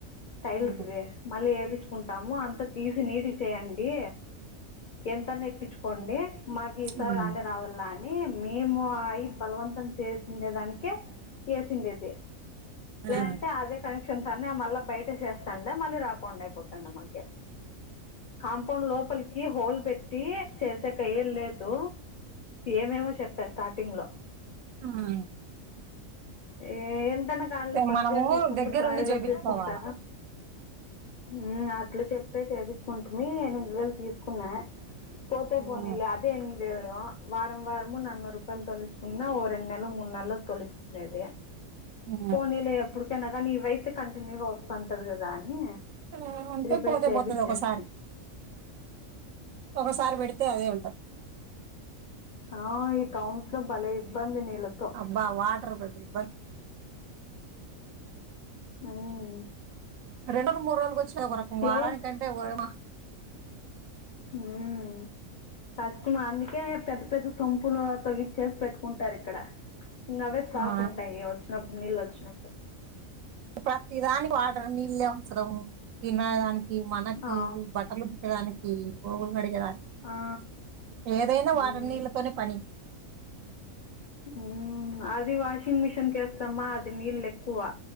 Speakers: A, on the left (about 55°); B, on the right (about 75°).
A: టైల్స్వి
B: ఉమ్
A: మళ్ళీ వేపిచ్చుకుంటాము అంత తీసి నీటిగా చేయండి. ఎంతన్నా ఇప్పించుకోండి మాకు ఈసారి
B: ఉమ్
A: రానే రావాల అని మేము అయి బలవంతం చేస్ ఉండే దానికి చేసిండేది
B: ఆ
A: లేదంటే అదే కనెక్షన్ చెన్సన్నే మళ్ళ బయట చేస్తాండే మళ్ళీ రాకుండా అయిపోతుండ మనకి కాంపౌండ్ లోపలికి హోల్ పెట్టి చేసే కయ్యలు లేదు ఏమేమో చెప్పా స్టార్టింగ్ లో
B: వ్మ్
A: ఏ ఎంతన్నా కాన్లే
B: ఉమ్
A: పదివేలు
B: మనము
A: తీసుకుంటారు
B: దగ్గరుండి
A: పది
B: చేపించుకోవాలా
A: వేలు తీసుకుంటారా? వ్మ్ అట్లు చెప్పే చేపిచ్చుకుంటుంది ఎనిమిది వేలు తీసుకున్నా పోతే
B: ఉమ్
A: పోనిలే అది ఎనికి వారం వారమ నన్నూరు రూపాయలు తొలచుకున్న రెం నెల మున్నాళ్ళ తొలిచ్చుకునేది
B: ఉమ్
A: పోనీలే ఎప్పుడు తనగానీ ఈ వయస్సు కంటిన్యూగా వస్తుంటది కదా అని
B: ఆ ఉంటే
A: రిపేర్
B: పోతే
A: చేపిచ్చేస్తి
B: పోతది ఒకసారి ఒకసారి పెడితే అదే ఉంటది
A: ఆ ఈ టౌన్స్ లో భలే ఇబ్బంది నీళ్లతో
B: బా వాటర్ పెది ఇబ్బంది
A: వ్మ్
B: రెండోలు మూడ్రోలు వచ్చాన ఓ రకం వారాని
A: ఎవరు
B: కంటే ఓయమ్మో
A: వ్మ్ కష్టం అందుకే పె పెద్ద సొంపులు తొగిచ్చేసి పెట్టుకుంటారు ఇక్కడ ఇంగా అవే స్టాక్
B: ఆ
A: ఉంటాయి వచ్చి న అప్పుడూనీల్లుచ్చినప్పుడే
B: ప్రతి దానికి వాటర్ నీళ్ళే అవసరం తినదానికి ఈ మనకి
A: ఆ
B: బట్టలు ఉతికేదానికి బోగులు కడిగేదానికి
A: ఆ
B: ఏదైనా
A: ఉమ్
B: వారం నీళ్ళతోనే పని
A: వ్మ్ అది వాషింగ్ మిషిన్ కేస్తామా అది నీళ్ళు ఎక్కువ